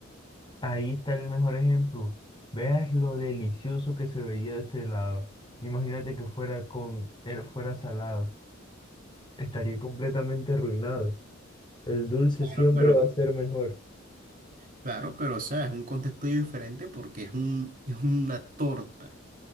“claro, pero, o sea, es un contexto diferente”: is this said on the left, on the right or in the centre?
Right